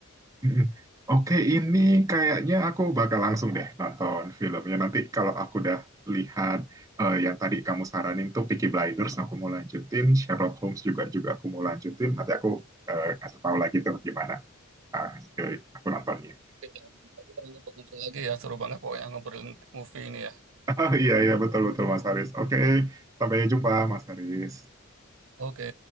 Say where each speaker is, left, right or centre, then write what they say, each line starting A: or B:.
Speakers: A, on the right; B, on the right.
A: Mm-mm. Oke, ini kayaknya aku bakal langsung deh nonton filmnya. Nanti kalau aku udah lihat eh, yang tadi kamu saranin tuh Peaky Blinders, aku mau lanjutin. Sherlock Holmes juga juga aku mau lanjutin. Nanti aku eh, kasih tahu lagi tuh gimana ah, eh, aku nontonnya. <laughs>
B: Oke, Bang. Nanti kita ngobrol lagi ya, seru banget pokoknya ngobrolin movie ini ya.
A: Oh, Iya, iya, betul-betul Mas Haris. Oke, sampai jumpa Mas Haris.
B: Oke.